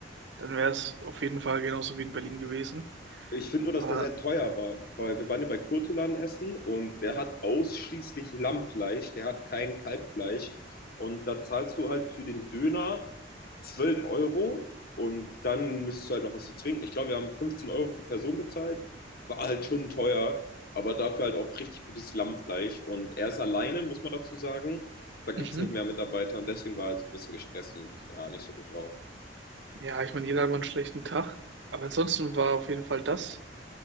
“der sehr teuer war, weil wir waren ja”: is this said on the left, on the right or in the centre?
Left